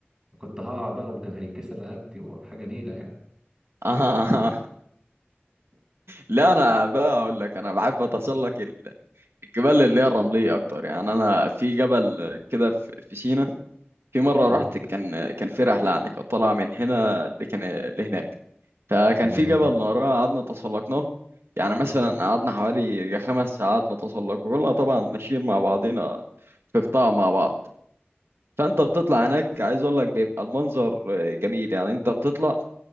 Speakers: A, on the right; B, on the right.
A: كنت هقع بقى وكان هيتكسر رقبتي وحاجة نيلة يعني
B: آه. آه. لا انا بقى اقول لك انا بحب اتسلق ال- الجبال اللي هي الرمليه اكتر يعني انا في جبل كده في في سينا
A: <laughs>
B: في مره
A: اه
B: رحت كان كان في رحله يعني كنت طالعه من هنا لكن لهناك فكان
A: تمام
B: في جبل ناراه قعدنا تسلقناه يعني مثلا
A: اه
B: قعدنا حوالي خمس ساعات نتسلق وكلنا طبعا ماشيين مع بعضنا في قطاع مع بعض فانت بتطلع هناك عايز اقول لك بيبقى المنظر جميل يعني انت بتطلع